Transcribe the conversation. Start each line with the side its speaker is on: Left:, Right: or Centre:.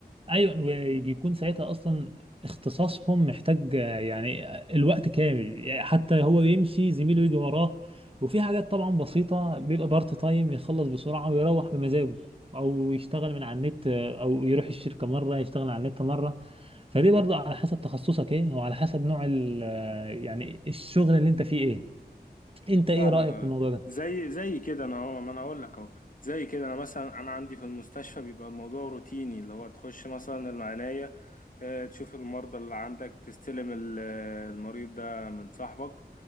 Right: ايوه وبيكون ساعتها اصلا اختصاصهم محتاج آه، يعني الوقت كامل يعني حتى هو يمشي زميله يجي وراه وفي حاجات طبعا بسيطة بيبقى بارت تايم يخلص بسرعة ويروح بمزاجه او يشتغل من على النت آه، او يروح الشركة مرة يشتغل على النت مرة فدي برضه على حسب تخصصك ايه وعلى حسب نوع ال آه، يعني الشغل اللي انت فيه ايه انت ايه
Left: فاهمك
Right: رأيك
Left: اه
Right: في الموضوع ده
Left: زي زي كده انا اهو ما انا اقول لك اهو زي كده انا مثلا انا عندي في المستشفى بيبقى الموضوع روتيني اللي هو تخش مثلا العناية آه، تشوف المرضى اللي عندك تستلم ال- آه، المريض ده من صاحبك